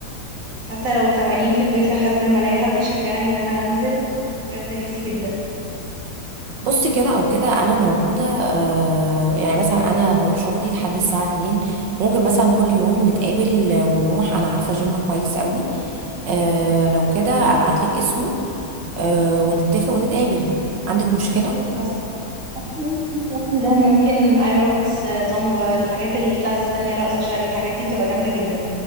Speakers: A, on the right (about 45°); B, on the right (about 70°).
A: حتى لو تمارين في البيت لحد ما الاقي حد يشجعني ان انا انزل بجد نفسي جدا
B: بص كده او كده انا موجوده آه يعني مثلا انا بروح شغلي لحد الساعه 2 ممكن مثلا كل يوم نتقابل ونروح انا عارفه جيم كويس قوي آه لو كده ابعت لك اسمه آه ونتفق ونتقابل عندك مشكله
A: جامد اصلا حاسه ان أنا كنت بروح جيم ممكن ايروبكس زومبا الحاجات الكلاسز التانية رقص شرقي الحاجات دي بتبقى جامده جدا